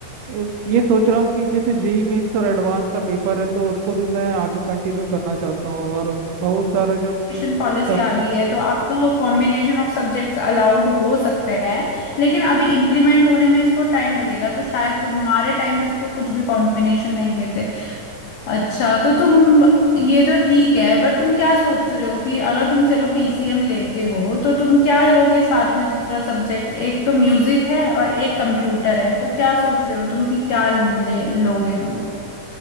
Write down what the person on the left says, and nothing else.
एजुकेशन पॉलिसी
आ गई है तो अब तो कॉम्बिनेशन ऑफ सब्जेक्ट्स अलाउड हो सकते हैं लेकिन अभी इम्प्लीमेंट होने में इसको टाइम लगेगा तो शायद तुम्हारे टाइम तक तो कुछ भी कॉम्बिनेशन नहीं लेते अच्छा तो तुम ये तो ठीक है बट तुम क्या सोच रहे हो कि अगर तुम चलो पीसीएम लेते हो तो तुम क्या लोगे साथ में दूसरा सब्जेक्ट एक तो म्यूजिक है और एक कंप्यूटर है तो क्या सोच रहे हो तुम कि क्या ले लोगे तुम